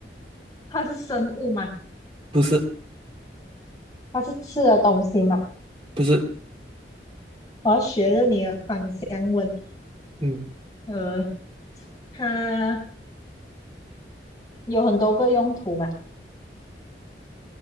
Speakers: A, on the left; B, on the right.
A: 它是生物嘛，
B: 不是，
A: 它是吃的东西嘛。
B: 不是，
A: 我要学着你的芳香温。
B: 嗯
A: 呃，它有很多个用途嘛。